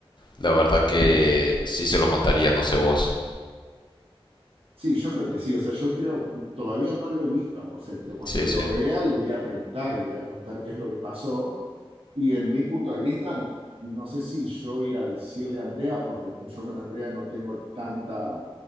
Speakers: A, on the left; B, on the right.
A: la verdad que sí se lo contaría, no sé vos.
B: Sí, yo creo que sí, o sea, yo creo, todavía no lo he visto a José, pero cuando
A: Sí,
B: lo
A: sí.
B: vea le voy a preguntar, le voy a preguntar qué es lo que pasó. Y en mi punto de vista, no sé si yo ir a decirle a Andrea, porque yo con Andrea no tengo tanta